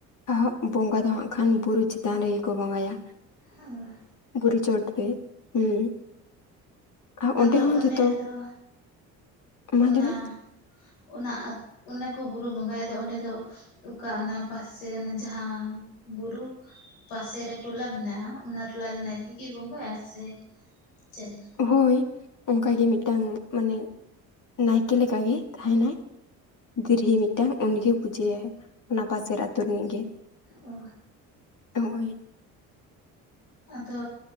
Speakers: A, on the left; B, on the left.
A: ᱟᱨ ᱵᱚᱸᱜᱟ ᱫᱚ ᱦᱟᱸᱜ ᱠᱷᱟᱱ ᱵᱩᱨᱩ ᱪᱮᱛᱟᱱ ᱨᱮᱜᱮ ᱠᱚ ᱵᱚᱸᱜᱟᱭᱟ᱾
B: ᱦᱮᱸ
A: ᱵᱩᱨᱩ ᱪᱚᱴ ᱨᱮ ᱦᱩᱸ ᱟᱨ
B: ᱟᱫᱚ
A: ᱦᱚᱸ
B: ᱚᱸᱰᱮ
A: ᱡᱷᱚᱛᱚ
B: ᱫᱚ
A: ᱢᱟ
B: ᱚᱱᱟ
A: ᱞᱟᱹᱭ ᱢᱮ
B: ᱚᱱᱟ ᱚᱱᱟᱠᱚ ᱵᱩᱨᱩ ᱵᱚᱸᱜᱟᱭ ᱫᱚ ᱚᱸᱰᱮ ᱫᱚ ᱚᱠᱟ ᱚᱱᱟ ᱯᱟᱥᱮ ᱚᱱᱟ ᱡᱟᱦᱟᱸ ᱵᱩᱨᱩ ᱯᱟᱥᱮ ᱨᱮ ᱴᱚᱞᱟ ᱢᱮᱱᱟᱜᱼᱟ ᱚᱱᱟ ᱴᱚᱞᱟ ᱨᱮᱱ ᱱᱟᱭᱠᱮ ᱠᱤ ᱵᱚᱸᱜᱟᱭᱟ ᱥᱮ ᱪᱮᱫ?
A: ᱦᱚᱭ ᱚᱱᱠᱟ ᱜᱮ ᱢᱤᱫᱴᱟᱝ ᱢᱟᱱᱮ ᱱᱟᱭᱠᱮ ᱞᱮᱠᱟ ᱜᱮ ᱛᱟᱦᱮᱱᱟᱭ ᱾ ᱫᱤᱨᱦᱤ ᱢᱤᱫᱴᱟᱱ ᱩᱱᱤᱜᱮᱭ ᱯᱩᱡᱟᱹᱭᱟᱭ, ᱚᱱᱟ ᱯᱟᱥᱮᱨ ᱟᱛᱳ ᱨᱤᱱᱤᱡ ᱜᱮ᱾
B: ᱚ
A: <unintelligible>
B: ᱟᱫᱚ